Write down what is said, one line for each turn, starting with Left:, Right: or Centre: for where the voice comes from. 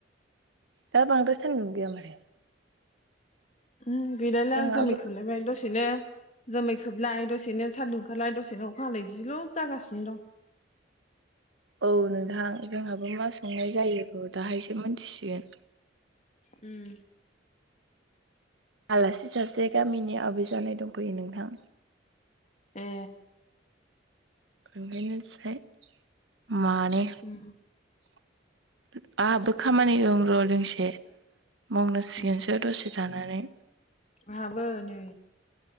Right: दा बांद्राय सानदुं गैया माथो।
Left: ओम गैलायला
Right: जोंहाबो
Left: जोमै खोबलायबाय दसेनो। जोमै खोबलाय दसेनो सान्दुंं ओंखारलाय दसेनो अखाहालाय दिल' जागासिनो दं।
Right: औ नोंथां जोंहाबो मा संनाय जायो औ दाहाय सो मोनथिसिगोन।
Left: ओम।
Right: आलासि सासे गामिनि आबै जानाय दंफैयो नोंथां।
Left: ए।
Right: ओंखायनो साय मानै।
Left: उम
Right: <inaudible> आहाबो खामानि दं र' दोंसे मावनांसिगोनसो
Left: उम
Right: दसे थानानै।
Left: आंहाबो नै